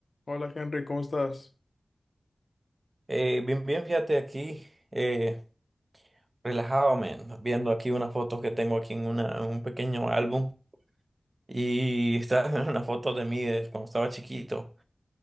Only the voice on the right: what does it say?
Eh, bien, bien, fíjate aquí, eh, relajado, man, viendo aquí unas fotos que tengo aquí en, una, en un pequeño álbum y está <laughs> una foto de mí de cuando estaba chiquito.